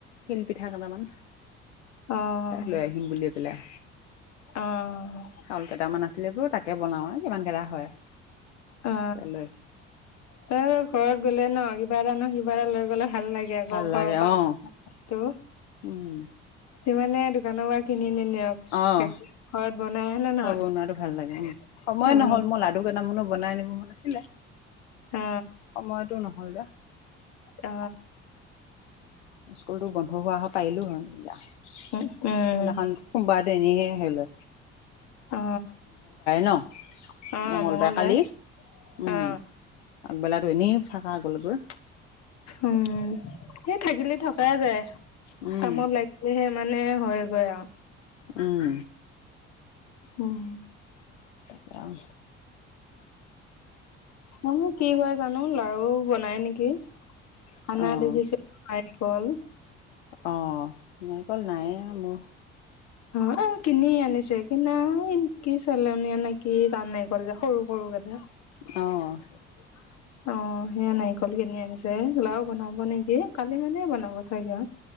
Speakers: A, on the left; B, on the left.
A: তিল পিঠা কেইটামান
B: অ'
A: লৈ আহিম বুলি পেলাই
B: অ'
A: চাউল কেইটামান আছিলে বোলো তাকে বনাও আৰু কিমান কেইটা হয়
B: অ
A: লৈ
B: তই যে ঘৰত গ'লে ন কিবা এটা ন কিবা এটা লৈ মানে ভাল লাগে আক
A: ভাল
B: ঘৰৰ পৰা
A: লাগে অ',
B: অনা বস্তু
A: উম,
B: যিমানে দোকানৰ পৰা কিনি নি নিনিয়ক
A: অ'।
B: ঘৰত বনাই হয়নে
A: ঘৰ
B: নহয়
A: বনোৱাটো ভাল লাগে উম সময়
B: অ
A: নহ'ল মই লাডু কেইটামানো বনাই আনিব মন আছিলে
B: অ
A: সময়তো নহ'ল যে
B: অ
A: স্কুলতো বন্ধ হোৱা হয় পাৰিলো হয় এতিয়া সেইদিনাখন
B: উম উম,
A: কোনোবা দেনিহে আহিলে
B: অ
A: ন
B: অ
A: মঙ্গলবাৰে
B: মঙলবাৰে
A: কালি উম
B: অ
A: আগবেলাটো এনেই থাকা গ'ল গৈ
B: উম এই থাকিলে থকাই যায়
A: উম
B: কামত লাগিলেহে মানে হয় গল আও
A: উম
B: উম
A: তেআম
B: জানো কি কৰে জানো লাৰু বনাই নেকি
A: অঁ
B: আনা দেখিছিলো নাৰিকল।
A: অ নাইকল নায়ে মোৰ
B: অ অ কিনি আনিছে কিনা একি চলেনো এনেকে কি টান নাইকল যে সৰু সৰু কাটা
A: অ
B: অ অ সেয়া নাৰিকল কিনি আনিছে লাও বঐনাব নেকি কালি মানে বনাব চাগে আও